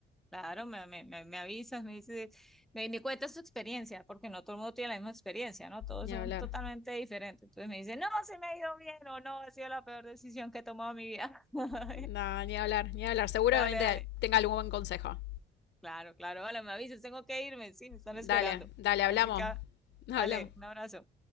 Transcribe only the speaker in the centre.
claro, me, me, me, me avisas, me dices, me, me cuentas tu experiencia, porque no todo el mundo tiene la misma experiencia, ¿no? Todos
son
totalmente diferentes. Entonces me dice, no, se me ha ido bien o no, ha sido la peor decisión que he tomado en mi vida. <laughs>
Dale, dale.
Claro, claro. Hola, me avisas, tengo que irme. Sí, me están
esperando.
Así que, ah,
dale, un abrazo.